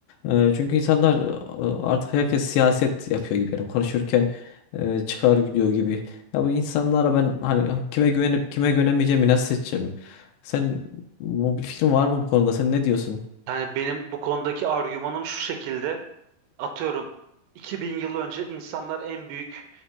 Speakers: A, on the left; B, on the right.
A: E, çünkü insanlar e, artık herkes siyaset yapıyor gibi. Yani konuşurken e, çıkar gidiyor gibi. Ya bu insanlara ben hani, kime güvenip kime güvenemeyeceğimi nasıl seçeceğim? Sen bu bir fikrin var mı bu konuda? Sen ne diyorsun?
B: Yani benim bu konudaki argümanım şu şekilde. Atıyorum 2000 yıl önce insanlar en büyük